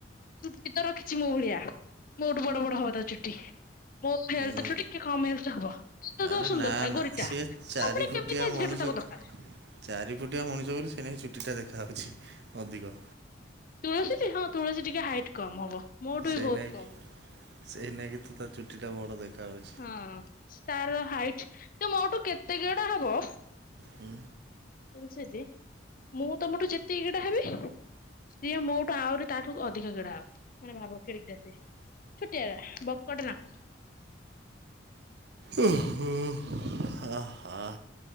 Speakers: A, on the left; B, on the right.
A: ଚୁଟି ତ ରଖିଛି ମୋ ଭଳିଆ, ମୋଠୁ ବଡ ବଡ ହବ ତା ଚୁଟି। ମୋ ହେଲଥଠୁ
B: ମୁଁ
A: ଟିକେ କମ ହେଲଥ ହବ। ଏତ
B: ଆରେ
A: ତ ସୁନ୍ଦରଟା
B: ନା ନା
A: ଗୋରିଟା
B: ସେ
A: ଆଉ
B: ଚାରି
A: ପୁଣି
B: ଫୁଟିଆ
A: କେମିତିଆ
B: ମଣିଷ
A: ଝିଅଟେ ତାକୁ ଦକାରେ?
B: ଚାରି ଫୁଟିଆ ମଣିଷ ବୋଲି ସେଇନାଗି ଚୁଟିଟା ଦେଖାହଉଛି। ଅଧିକ।
A: ତୁଳସୀ ଟି ହଁ ତୁଳସୀ ଟିକେ ହାଇଟ୍ କମ ହବ। ମୋଠୁ
B: ସେଇନାଗି
A: ବି ବହୁତ କମ।
B: ସେଇନାଗି ତୁ ତା ଚୁଟିଟା ବଡ ଦେଖାଯାଉଛି।
A: ହଁ ତାର ହାଇଟ ସେ ମୋଠୁ କେତେ ଗେଡା ହବ?
B: ହୁଁ।
A: <unintelligible> ମୁଁ ତମଠୁ ଯେତିକି ଗେଡା ହେବି ସିଏ ମୋଠୁ ଆହୁରି ତାଠୁ ଅଧିକ ଗେଡା ହବ ମାନେ ଭାବ କେଡ଼ିକ ଟେ ସେ? ଛୋଟିଆଟା ବକଟେ ନାଖୁ।
B: ଓ ହୋ ଆ ହା।